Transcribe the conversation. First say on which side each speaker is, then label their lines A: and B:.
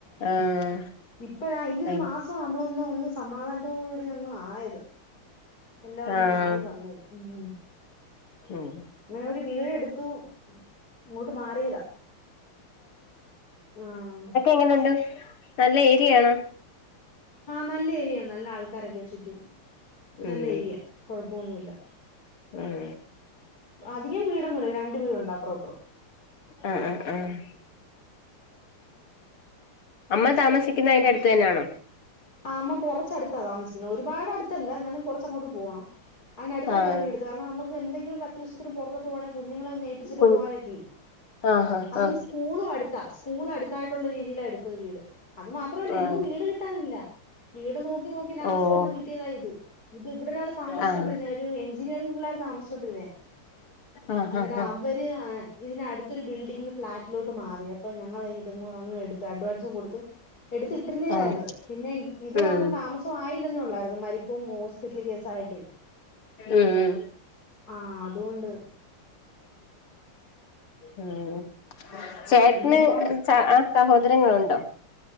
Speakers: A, on the left; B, on the left.
A: ആഹ്
B: ഇപ്പഴ ഈ ഒരു
A: അയ്
B: മാസം നമ്മളൊന്ന് ഒന്ന് സമാധാനത്തോടൂട ഒന്ന ആയത് എല്ലാം ഒന്ന്
A: ആഹ്
B: ആയി വന്നത് ഉം ഉം
A: ഉം
B: ഇങ്ങനെ ഒരു വീടെടുത്തു ഇങ്ങോട്ട് മാറിയതാ ആഹ്
A: എങ്ങനണ്ട് നല്ല ഏരിയാണോ
B: ആഹ് നല്ല ഏരിയ നല്ല ആൾക്കാരൊക്കെ ചുറ്റും നല്ല
A: ഉം
B: ഏരിയ കൊഴപ്പൊന്നുല്ല
A: ഉം
B: അധികം വീടൊന്നുംല്ല രണ്ട വീടുണ്ടോ അപ്പറപ്പറം
A: അ അആഹ് അമ്മ താമസ ിക്കുന്ന അതിന്റെ അടുത്ത് തന്നെണോ
B: ആമ്മ കൊറച്ചടുത്താ താമസിക്കുന്നത് ഒരുപാട് അടുത്തല്ല എന്നാലും കുറച്ച് അങ്ങോട്ട് പോണം അതിനടുത്തായിട്ട
A: ആഹ്
B: വീടെടുത്തത് കാരണം നമക്ക് എന്തെങ്കില ഒരു അത്യാവ്യത്തിന പുറത്തട്ട് പോണേ കുഞ്ഞങ്ങളെ ഒനേപ്പിച്ചി്ട്ടോക്കെ
A: കു
B: പോവാനൊക്കെ
A: ആഹ്
B: അതും
A: ആഹ്
B: സ്കൂളും അടുത്താ സ്കൂളും അടുത്തായിട്ടുള്ള രീതിയില എടുത്തത് വീട് അത് മാത്രല്ല
A: ആഹ്
B: എങ്ങും വീട് കിട്ടാനില്ല വീട് നോക്കി നോക്കി ലാസ്റ്റ്
A: ആഹ് ഓഹ്
B: ഒരെണ്ണം കിട്ടിയതാഇത് ഇത് ഇവിടെ ഒരാൾ താമിച്ചുകൊണ്ടിരുന്ന
A: ആഹ്
B: ഒരു എഞ്ചിനീറിംഗ പിള്ളർ താമിച്ചുകൊണ്ടരുന്നെയാ
A: ആഹ്
B: അന്നേര
A: ആഹ് ആഹ്
B: അവര് ഏഹ് ഇതിന് അടുത്തൊരു ബിൽഡിങ്ങിൽ ഫ്ളാറ്റിലോട്ട് മാറി അപ്പൊ ഞങ്ങൾ ഇത്ങ്ങ് എടുത്ത് അഡ്വാൻസും കൊടുത്ത് എടുത്തിട്ടിരുന്നതായിരുന്നു
A: ആഹ്
B: പിന്നെ ഇത്
A: ഉം
B: കാരണം താമസമായിയില്ലെന്ന ഒള്ളായിരുന്നു മരിപ്പും ഹോസ് പിറ്റല് കേസായിട്ടെ
A: ഉം
B: ആഹ് അതുകൊണ്ട്
A: ഉം ചേട്ടന്
B: ഇനിയിപ്പം
A: ച ആഹ് സഹോദരങ്ങളുണ്ടോ?